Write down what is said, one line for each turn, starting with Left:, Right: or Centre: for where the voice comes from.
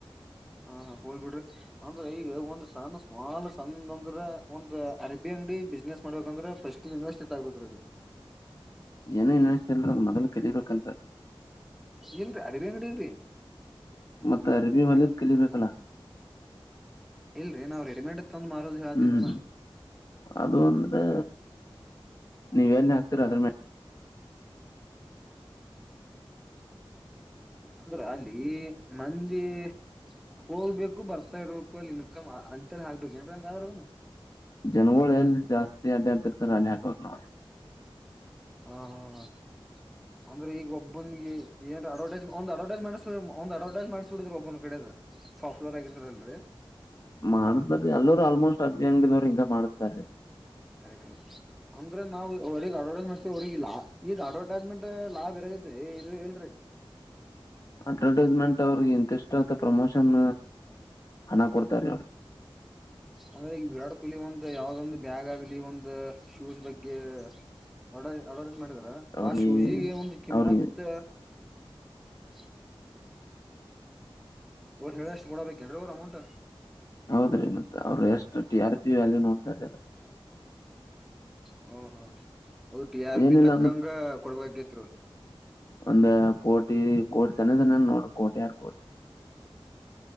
Centre: ಹಾ ಹ ಹೋಗ್ ಬಿಡ್ರೀ ಅಂದ್ರ ಈಗ ಒಂದ್ ಸಣ ಸ್ಮಲ್ ಸಣ್ ಅಂದ್ರ ಒಂದ ಅರಬ್ಬಿ ಅಂಗಡಿ ಬಿಸ್ನೆಸ್ ಮಾಡಬೇಕ ಅಂದ್ರೆ ಫಸ್ಟ್ ಇನ್ವೆಸ್ಟ್ ಎಸ್ಟ್ ಆಕ್ಬೇಕ್ರಿ.
Left: ಏನೂ ಇನ್ವೆಸ್ಟ್ <unintelligible> ಮೊದ್ಲು ಕಲಿಬೇಕೆಲ್ಲ.
Centre: ಇಲ್ರರಿ ಅಡಿಬ ಅಂಗಡಿಗ್ರಿ
Left: ಮತ್ತೆ ಅರಬಿ ಮಲ ಕಲಿಬೇಕಲ್ಲಾ
Centre: ಇಲ್ರರಿ ನಾವ್ ರೆಡಿಮೇಡ್ ಇತ್ತಂದು ಮಾರದು ಹೇಳ್ತನ್ರನಾ
Left: ಹ್ಮ್ ಅದು ಅಂದ್ರೆ ನೀವಲ್ಲಿ ಹಾಕ್ತಿರ ಅದ್ರ ಮೇಲೆ
Centre: ಅರಬ್ಬಿ ಅಂದ್ರ ಅಲ್ಲಿ ಮಂದಿ ಹೋಗ್ಬೇಕು ಬರ್ತಾ ಇರ್ಬೇಕು ಅಲ್ಲಿ ಇನ್ಕಮ್ ಅಂತೆಲ್ಲ ಹಾಕ್ಬೇಕು ಏನ್ ಹಂಗ ಅಾರದ
Left: ಜನಗಳಎಲ್ಲಿ ಜಾಸ್ತಿ ಅಡ್ಡ ಅಂತಿರ್ತಾರ ಅಲ್ಲಿ ಹಾಕ್ಬೇಕಕ್ ನೋಡ್ರಿ
Centre: ಹ್ಮ ಹ್ಮ ಹ್ಮ್ ಅಂದ್ರೆ ಈಗ ಒಬ್ಬನ್ಗೆ ಏನ್ ಅಡ್ವರ್ಟೈಸ್ ಒಂದ ಅಡ್ವರ್ಟೈಸ್ ಒಂದು ಅಡ್ವರ್ಟೈಸ್ೆಟ್ಡಿದ್ರ ಒಬ್ಬನ ಕಡೆ ಸಾಫ್ಲೋರ್ ಆಗಿರ್ತಾರಲ್ರರಿ
Left: ಮಾಡತಾರೀ ಅಲ್ಲರು ಆಲ್ಮೋಸ್ಟ್ ಅರ್ವಿ ಅಂಗಡವ್ರ ಹಿಂಗ ಮಾಡತಾರೀ
Centre: ಕರೆಕ್ರೆ ಅಂದ್ರೆ ನಾವು ಅವರಗ್ ಅಡವಡ ಮಾಡೆಸ ಹೊಗಿಲ್ಲಲ್ಲ ಈಗ ಅಡ ಅ್ಮೆಂಟ್ ಲಾಭ ಇರೋದ ಇ ಹೇಳರಿ
Left: ಅಡ್ವರ್ಟೈಸ್ಮೆಂಟ್ ಅವ್ರಿಗೆ ಇಂತಿಷ್ಟಥ ಪ್ರಮೋಷನ್ ಹಣ ಕೊಡ್ತಾರೆ ಅವ್ರಿಗೆ ಹಃ
Centre: ಅಂದ್ರೆ ಈಗ ವಿರಾಟ್ ಕೊಹ್ಲಿ ಒಂದು ಯಾವ್ದೊಂದು ಬ್ಯಾಗ್ ಆಗ್ಲಿ ಒಂದು ಶೂಸ್ ಬಗ್ಗೆ ಆಡ ಆರ್ಡ ಮಾಡಿದಾರ
Left: ಅವ್ರಿಗೆ
Centre: ಆ ಶೂಜಿಗೆ ಒಂದು ಕಿಮ್ಮತ್
Left: ಅವ್ರಿಗೆ
Centre: ಯಾಕ್ ಅವರ್ ಹೇಳಷ್ಟ ಕೊಡಬೇಕೇನ್ರೀ ಅವರ್ ಅಮೌಂಟ್
Left: ಹೌದ್ರಿ ಮತ್ತೆ ಅವರು ಎಷ್ಟು ಟಿ ಆರ್ ಪಿ ವ್ಯಾಲ್ಯೂ ನೋಡ್ದಾರ
Centre: ಹಓ ಹ್ಮ ಅದು ಟಿ ಆರ್
Left: ಏನಿಲ್ಲ
Centre: ಪಿ ತಕ್ಕಂಗ ಕೊಡ್ಬೇಕೇತ್ ಅವ
Left: ಒಂದ ಕೋಟಿ ಕೋಟಿ ಸನ ಜನ ನೋಡು ಕೋಟಿ ಯಾರ ಕೋಟಿ